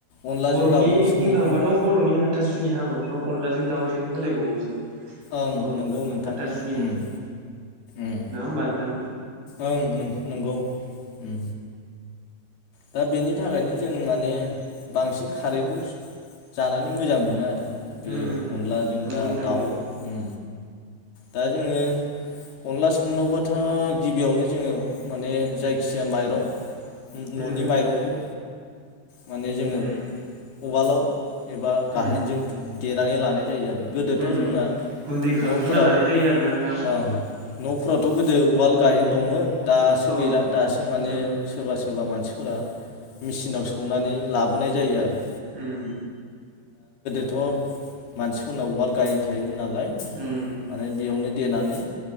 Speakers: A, on the left; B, on the right.
A: अनलाजों
B: बर'नि
A: दाउजों संनोबाबो
B: बुंनो थांबाथ' बर'नि हाथासुनि हाबा फ्राव अनलाजों दावजों होलायबावोसो।
A: ओं
B: बर'फ्रा
A: नंगौ नोंथां
B: हाथासुनि हाबायाव
A: उम उम
B: नङा होमबा नोंथां
A: ओं नों नं -नंगौ। उम। दा बेनि थाखायनो जों माने बांसिन खारैखौ जानानै मोजां मोनो आरो। बे
B: उम उम
A: अनलाजों
B: नंगौ
A: दा
B: नोंथां
A: दाउ
B: नंगौ
A: उम दा जोङो अनला संनोबाथाय गिबियावनो जोङो माने जायखिजाया माइरं
B: उम
A: न'नि माइरंखौ माने जोङो
B: उम
A: उवालाव एबा
B: उम
A: गाहेनजों देनानै लानाय जायो आरो गोदोथ'
B: उम
A: जोंना
B: उम गुन्दै खालामग्रोना
A: न'फोराव
B: लानाय जायो आरोना नोंथां
A: ओ न'फोरावथ' गोदो उवाल गाहेन दंमोन दासो
B: औ
A: गैला दासो माने
B: उम
A: सोरबा सो सोरबा मानसिफोरा मेचिनाव सौनानै लाबोनाय जायो आरो।
B: उम।
A: थ' मानसिफोरनाव उवाल गाहेन थायोमोन नालाय
B: उम
A: माने बेयावनो देनानै